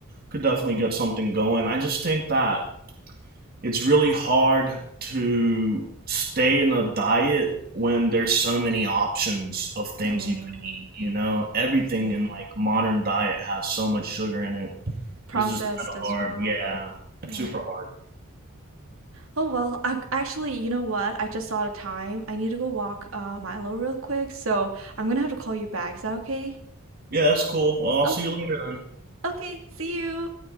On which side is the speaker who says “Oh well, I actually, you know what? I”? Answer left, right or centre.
Right